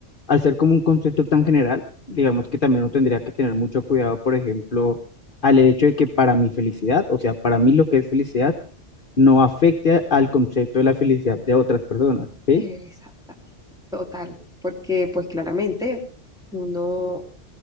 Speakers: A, on the left (about 45°); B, in the centre.
A: al ser como un concepto tan general, digamos que también uno tendría que tener mucho cuidado, por ejemplo, al hecho de que para mi felicidad, o sea, para mí lo que es felicidad, no afecte a- al concepto de la felicidad de otras personas, ¿sí?
B: Exactamente. Total. Porque pues claramente uno,